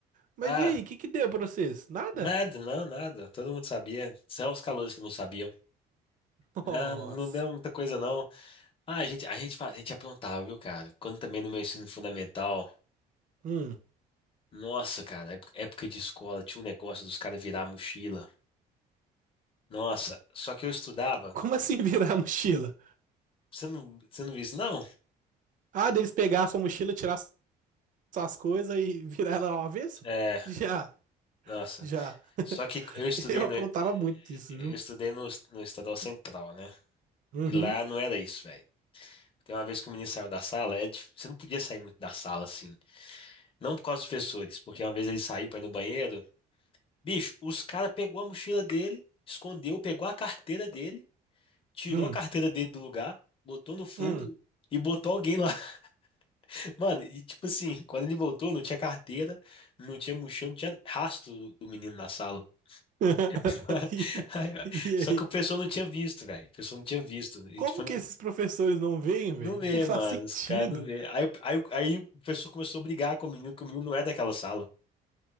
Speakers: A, on the right; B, on the left.
A: Mas
B: Ah,
A: e aí, o que que deu pra vocês? Nada?
B: nada, não, nada. Todo mundo sabia. Só os calouros que não sabiam.
A: Nossa.
B: Não, não deu muita coisa, não. Ah, a gente, a gente, fa- a gente aprontava, viu, cara? Quando também no meu ensino fundamental,
A: Hum.
B: nossa, cara, ép- época de escola, tinha um negócio dos caras virar a mochila. Nossa, só que eu estudava.
A: Como assim virar a mochila?
B: Você não, você não viu isso, não?
A: Ah, deles pegar a sua mochila, tirar suas coisas e virar ela ao avesso?
B: É,
A: Já,
B: nossa.
A: já.
B: Só que eu estudei
A: Eu aprontava
B: no,
A: muito isso,
B: eu
A: viu?
B: estudei no, no Estadual Central, né?
A: Uhum.
B: E lá não era isso, velho. Tem uma vez que o menino saiu da sala, é dif- você não podia sair muito da sala, assim. Não por causa dos professores, porque uma vez ele saiu pra ir no banheiro. Bicho, os caras pegou a mochila dele, escondeu, pegou a carteira dele. tirou
A: Hum.
B: a carteira dele do lugar, botou no fundo
A: Hum.
B: e botou alguém lá. <laughs> Mano, e tipo assim, quando ele voltou, não tinha carteira, não tinha mochila, não tinha rastro do, do menino na sala.
A: <laughs>
B: <laughs>
A: E,
B: Aí, ó,
A: e
B: Só
A: aí?
B: que o pessoal não tinha visto, velho. O pessoal não tinha visto. E
A: Como
B: tipo, não,
A: que esses professores não veem, velho?
B: não vê,
A: Não faz
B: mano,
A: sentido.
B: os caras não vê. Aí, aí, aí o pessoal começou a brigar com o menino, que o menino não é daquela sala.